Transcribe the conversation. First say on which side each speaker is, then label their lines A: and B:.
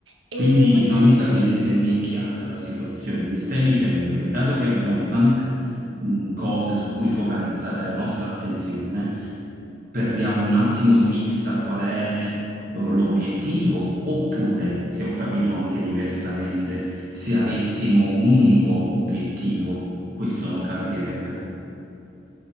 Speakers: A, on the right (about 80°); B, on the right (about 50°).
A: E
B: Quindi
A: quindi...
B: fammi capire se mi è chiara la situazione. Mi stai dicendo che dato che abbiamo tante
A: mm,
B: mh, cose su cui focalizzare la nostra attenzione, perdiamo un attimo di vista qual è
A: mm.
B: eh, l'obiettivo, oppure, se ho capito anche diversamente, se avessimo un unico obiettivo, questo non capiterebbe.